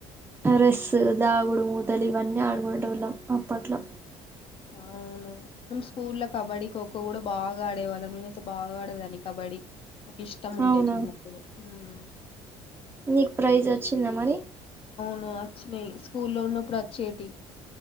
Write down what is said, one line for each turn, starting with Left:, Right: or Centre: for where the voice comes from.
Right: రెస్సు దాగుడు మూతలు ఇవన్నీ ఆడుకునేటోళ్లం అప్పట్లో
Left: అవును మేము స్కూలో కబడ్డీ ఖోఖో కూడా బాగా ఆడేవాళ్ళం నేనయితే బాగా ఆడదాని కబడ్డీ ఇష్టం ఉండే
Right: అవునా
Left: చిన్నప్పుడు హ్మ్మ్
Right: నీకు ప్రైజ్ వచ్చిందా మరి
Left: ఆ వచ్చినయి స్కూల్లో ఉన్నప్పుడు వచ్చేటి